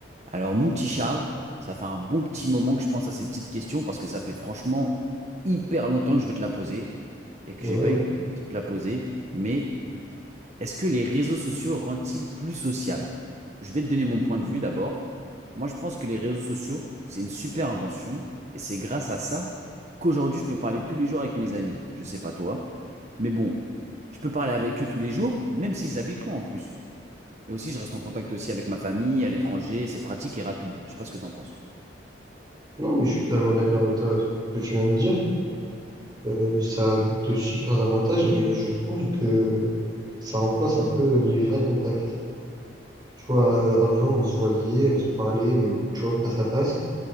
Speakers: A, on the right (about 40°); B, on the right (about 25°).
A: Alors, mon petit Charles, ça fait un bon petit moment que je pense à ces petites questions parce que ça fait franchement hyper longtemps que je veux te la poser et que
B: Ouais, ouais.
A: j'ai pas eu de te la poser. Mais est-ce que les réseaux sociaux rendent-ils plus sociables? Je vais te donner mon point de vue d'abord. Moi, je pense que les réseaux sociaux, c'est une super invention et c'est grâce à ça qu'aujourd'hui, je peux parler tous les jours avec mes amis. Je sais pas toi, mais bon, je peux parler avec eux tous les jours, même s'ils habitent loin en plus. Et aussi, je reste en contact aussi avec ma famille à l'étranger. C'est pratique et rapide. Je sais pas ce que t'en penses.
B: Non, mais je suis totalement d'accord avec toi sur ce que tu viens de dire. Euh, ça a de super avantages, mais je trouve que ça remplace un peu les vrais contacts. Tu vois, euh, avant, on se voyait, on se parlait, mais tu vois, face à face.